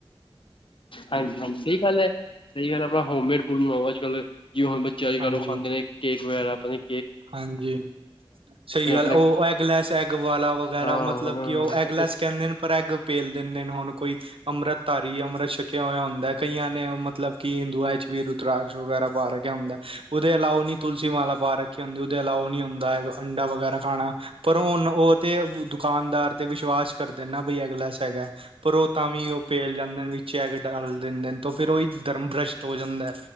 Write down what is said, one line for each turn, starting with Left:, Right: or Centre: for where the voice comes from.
Left: ਹਾਂਜੀ-ਹਾਂਜੀ ਸਹੀ ਗੱਲ ਹੈ। ਸਹੀ ਗੱਲ ਹੈ ਆਪਣਾ ਹੋਮਮੇਡ ਫਲ ਬਣਾਓ ਅੱਜ-ਕੱਲ੍ਹ ਜੀ ਹੁਣ, ਬੱਚੇ ਅੱਜ ਕੱਲ
Right: ਹਾਂਜੀ
Left: ਉਹ ਖਾਂਦੇ ਨੇ ਕੇਕ ਵਗੈਰਾ ਆਪਣੀ-
Right: ਹਾਂਜੀ ਸਹੀ
Left: ਤੇ
Right: ਗੱਲ,
Left: ਆਪਣੇ
Right: ਉਹ ਐਗਲੈਸ ਐਗ ਵਾਲਾ ਵਗੈਰਾ,
Left: ਹਾਂਜੀ-ਹਾਂਜੀ,
Right: ਮਤਲਬ ਕਿ ਉਹ ਐਗਲੈਸ ਕਹਿੰਦੇ ਨੇ ਪਰ, ਅਗ ਪੇਲ ਦਿੰਦੇ ਨੇ ਹੁਣ ਕੋਈ ਅੰਮ੍ਰਿਤ ਧਾਰੀ, ਅੰਮ੍ਰਿਤ ਛਕਿਆ ਹੋਇਆ ਹੁੰਦਾ ਹੈ ਕਈਆਂ ਨੇ, ਮਤਲਬ ਕਿ ਹਿੰਦੂਆਂ ਵਿੱਚ ਵੀ, ਰੁਤਰਾਸ਼ ਵਗੈਰਾ ਪਾ ਰ ਹੁੰਦਾ, ਉਹਦੇ ਇਲਾ ਉਹ ਨੀ ਤੁਲਸੀ ਮਾਲਾ, ਪਾ ਰੱਖੀ ਹੁੰਦੀ ਉਹਦੇ ਇਲਾਵਾ ਨੀ ਹੁੰਦਾ ਹੈਗਾ ਅੰਡਾ ਵਗੈਰਾ ਖਾਣਾ, ਪਰ ਹੁਣ ਉਹ ਤੇ ਦੁਕਾਨਦਾਰ, ਤੇ ਵਿਸ਼ਵਾਸ ਕਰਦੇ ਨਾ ਬਈ ਐਗ ਲੈਸ ਹੈਗਾ ਪਰ ਉਹ ਤਾਂ ਵੀ ਉਹ ਪੇਲ ਜਾਂਦੇ ਨੇ ਵਿੱਚ ਐਗ ਡਾਲ ਦਿੰਦੇ ਨ ਤੋ ਫੇਰ ਉਹੀ ਧਰਮ ਭ੍ਰਸ਼ਟ ਹੋ ਜਾਂਦਾ